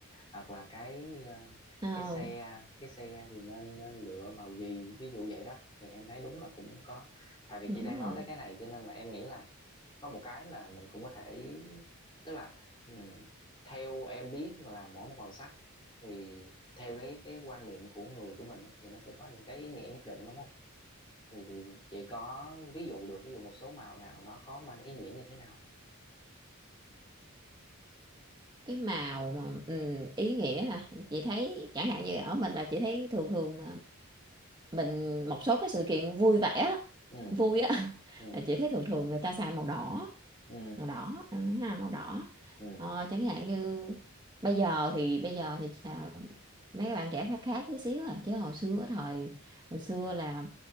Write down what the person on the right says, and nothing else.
Ờ,
đúng
rồi
cái màu mà ừ, ý nghĩa ha chị thấy chẳng hạn như ở mình là chị thấy thường thường mình một số cái sự kiện vui vẻ á,
vui á <laughs>
là chị thấy thường thường người ta xài màu đỏ
màu đỏ em thấy ha màu đỏ
ờ, chẳng hạn như bây giờ thì bây giờ thì chà, mấy bạn trẻ khác khác tí xíu à chứ hồi xưa thời hồi xưa là